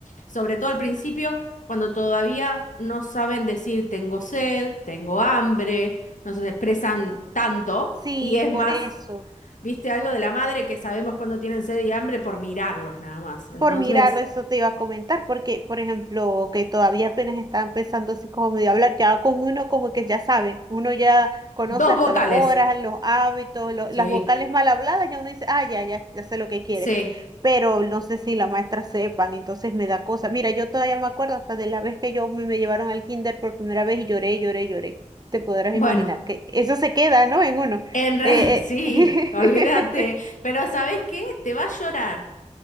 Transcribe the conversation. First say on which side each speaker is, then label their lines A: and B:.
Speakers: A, on the left (about 80°); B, on the right (about 30°).
A: sobre todo al principio, cuando todavía no saben decir tengo sed, tengo hambre, no se expresan tanto
B: sí,
A: y es más,
B: por eso.
A: viste, algo de la madre que sabemos cuando tienen sed y hambre por mirarlos nada más. Entonces...
B: por mirarlo, eso te iba a comentar, porque, por ejemplo, que todavía apenas está empezando así como medio a hablar, ya con uno como que ya sabe, uno ya conoce
A: Dos
B: hasta
A: vocales.
B: las horas, los hábitos, lo-
A: Sí,
B: las vocales mal habladas, ya uno dice, ah, ya, ya, ya sé lo que quiere,
A: sí.
B: pero no sé si la maestra sepan, entonces me da cosa. Mira, yo todavía me acuerdo hasta de la vez que yo me, me llevaron al kinder por primera vez y lloré, lloré, lloré. Te podrás
A: Bueno,
B: imaginar que eso se queda, ¿no? En uno.
A: en realidad,
B: Eh,
A: <laughs> sí,
B: eh,
A: olvídate. Pero ¿sabes qué? Te va a llorar.